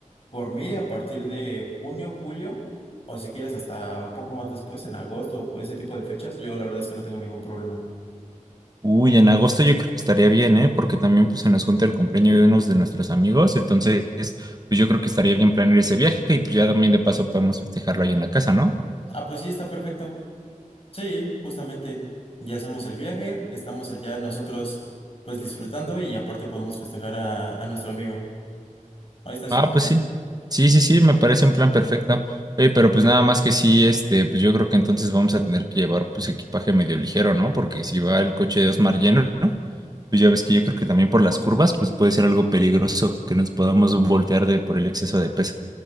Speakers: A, on the left; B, on the right.
A: por mí a partir de junio, julio, o si quieres hasta un poco más después, en agosto o ese tipo de fechas, yo la verdad es que no tengo ningún problema.
B: Uy, en agosto yo creo que estaría bien, ¿eh? Porque también pues se nos junta el cumpleaños de unos de nuestros amigos. Entonces, pues yo creo que estaría bien planear ese viaje y pues ya también de paso podemos festejarlo ahí en la casa, ¿no?
A: Ah, pues sí, está perfecto. Sí, justamente, ya hacemos el viaje, estamos allá nosotros pues disfrutando y aparte podemos festejar a, a nuestro amigo. Ahí está súper
B: Ah, pues
A: bien.
B: sí. Sí, sí, sí, me parece un plan perfecto. Oye, pero pues nada más que sí, este, pues yo creo que entonces vamos a tener que llevar pues equipaje medio ligero, ¿no? Porque si va el coche de Osmar lleno, ¿no? Pues ya ves que yo creo que también por las curvas, pues puede ser algo peligroso que nos podamos voltear de por el exceso de peso.